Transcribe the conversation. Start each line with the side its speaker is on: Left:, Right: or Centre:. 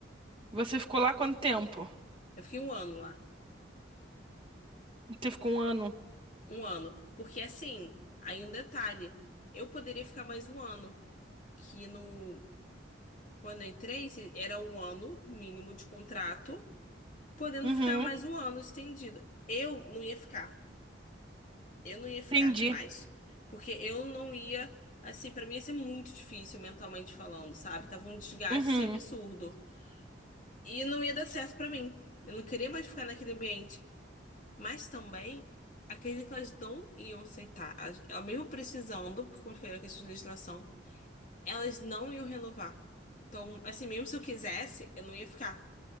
Right: Você ficou lá quanto tempo?
Left: Eu fiquei um ano lá.
Right: Você ficou um ano?
Left: Um ano. Porque, assim, aí um detalhe, eu poderia ficar mais um ano. Que no Quando eu entrei, se- era um ano mínimo de contrato, podendo
Right: Uhum,
Left: ficar mais um ano estendido. Eu não ia ficar. Eu não ia ficar
Right: entendi.
Left: mais. Porque eu não ia. Assim, pra mim ia ser muito difícil mentalmente falando, sabe? Tava um desgaste
Right: Uhum,
Left: assim, absurdo. E não ia dar certo pra mim. Eu não queria mais ficar naquele ambiente. Mas também, acredito que elas não iam aceitar. Elas, elas mesmo precisando, porque, como eu falei, a questão de legislação, elas não iam renovar. Então, assim, mesmo se eu quisesse, eu não ia ficar.